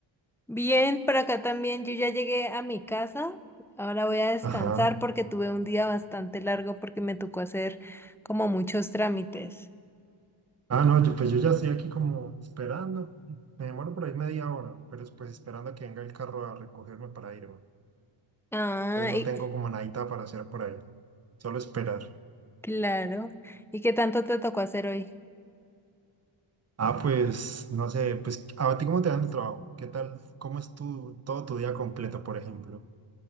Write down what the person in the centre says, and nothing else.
bien, por acá también. Yo ya llegué a mi casa. Ahora voy a descansar
porque tuve un día bastante largo porque me tocó hacer como muchos trámites.
Ah,
y-
claro. ¿Y qué tanto te tocó hacer hoy?